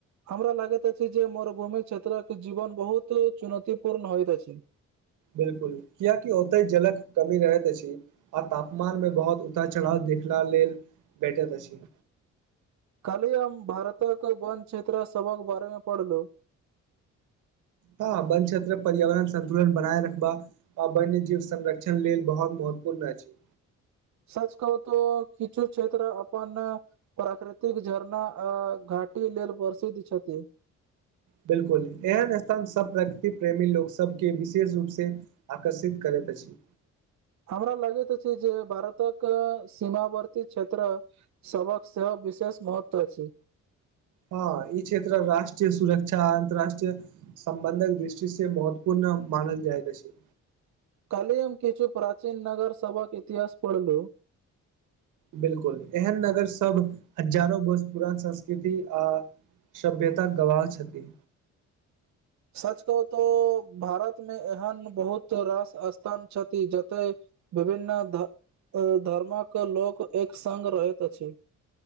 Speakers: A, on the right; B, on the right.
A: हमरा लागैत अछि जे मरुभूमि क्षेत्रक जीवन बहुत चुनौती पूर्ण होइत अछि
B: बिल्कुल कियकि ओते जलक कमी रहैत अछि आ तापमान मे बहुत उतार चढ़ाव देखला लेल भेटैत अछि
A: कल्ही हम भारतक वन क्षेत्र सबक बारे मे पढ़लौ
B: हँ वन क्षेत्र पर्यावरण संन्तुलन बनाए रखबा आ वन्य जीव संरक्षण लेल बहुत महत्वपूर्ण अछि
A: सच कहू तो किछु क्षेत्र अपन प्राकृतिक झरना आ घाटी लेल प्रसिद्ध छथि
B: बिलकुल एहन स्थान सब प्रकृति प्रेमी लोक सबके विशेष रूप से आकर्षित करैत अछि
A: हमरा लगैत अछि जे भारतक सीमावर्ती क्षेत्र सबहक सेहो विशेष महत्व अछि
B: हँ ई क्षेत्र राष्ट्रीय सुरक्षा अन्तरराष्ट्रीय संबन्धक दृष्टि से महत्वपूर्ण मानल जाइत अछि
A: कल्हि हम किछु प्राचीन नगर सभक इतिहास पढ़लू
B: बिलकुल एहन नगर सब हजारो वर्ष पुरान संस्कृति आ सभ्यता गवाह छथि
A: सच कहू तो भारत मे एहन बहुत रास स्थान छथि जतय विभिन्न ध - ए धर्मक लोक एक संग रहैत अछि